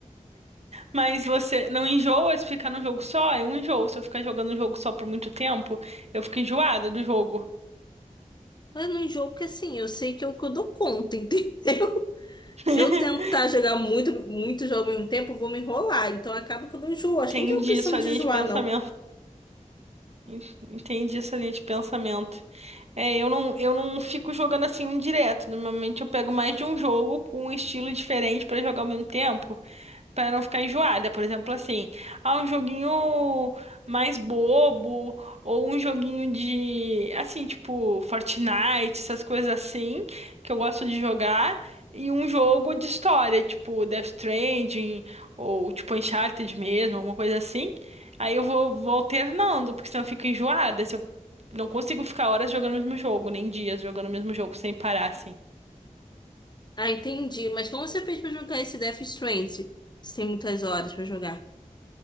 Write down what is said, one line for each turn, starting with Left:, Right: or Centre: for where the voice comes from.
Right: Mas você não enjoa se ficar num jogo só? Eu enjoo. Se eu ficar jogando um jogo só por muito tempo, eu fico enjoada do jogo.
Left: Mas não enjoo, porque assim, eu sei que é o que eu dou conta, <laughs> entendeu?
Right: <laughs>
Left: Se eu tentar jogar muito, muito jogo ao mesmo tempo, eu vou me enrolar. Então acaba que eu não enjoo.
Right: Entendi
Left: Acho que não tem opção
Right: sua
Left: de
Right: linha
Left: enjoar,
Right: de pensamento.
Left: não.
Right: En- Entendi sua linha de pensamento. É, eu não, eu não fico jogando assim um direto. Normalmente eu pego mais de um jogo com um estilo diferente pra jogar ao mesmo tempo. para não ficar enjoada, por exemplo, assim, ah, um joguinho mais bobo, ou um joguinho de, assim, tipo, Fortnite, essas coisas assim, que eu gosto de jogar, e um jogo de história, tipo Death Stranding, ou tipo Uncharted mesmo, alguma coisa assim. Aí eu vou, vou alternando, porque senão eu fico enjoada, se eu não consigo ficar horas jogando o mesmo jogo, nem dias jogando o mesmo jogo, sem parar, assim.
Left: Ah, entendi. Mas como você fez pra jogar esse Death Stranding? Você tem muitas horas pra jogar.